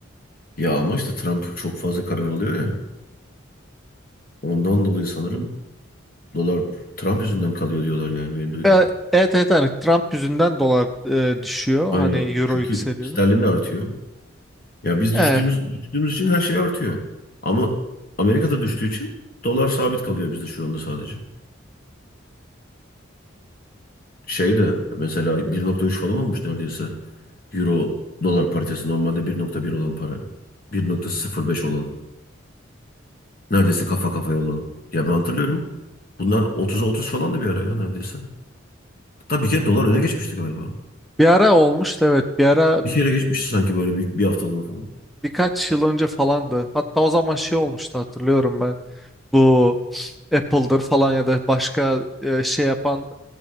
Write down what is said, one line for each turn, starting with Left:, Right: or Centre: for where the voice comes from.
Left: Ya ama işte Trump çok fazla karar alıyor ya. Ondan dolayı sanırım dolar Trump yüzünden kalıyor diyorlar yani benim duyduğum.
Centre: E, Evet evet hani Trump yüzünden dolar e, düşüyor
Left: Aynen.
Centre: hani euro
Left: Çünkü
Centre: yükseliyor.
Left: sterlin de artıyor. Ya biz
Centre: E,
Left: düştüğümüz düştüğümüz için her şey artıyor. Ama Amerika'da düştüğü için dolar sabit kalıyor bizde şu anda sadece. Şey de mesela bir nokta üç falan olmuş neredeyse. Euro dolar paritesi normalde bir nokta bir olan para. bir nokta sıfır beş olan. Neredeyse kafa kafaya olan. Ya ben hatırlıyorum. Bunlar otuz'a 30 falan da bir ara ya neredeyse. Hatta bir kere dolar öne geçmişti galiba.
Centre: bir ara olmuştu evet bir ara
Left: Bir kere geçmişti sanki böyle bir, bir haftalığına falan.
Centre: birkaç yıl önce falandı. Hatta o zaman şey olmuştu hatırlıyorum ben. Bu Apple'dır falan ya da başka e, şey yapan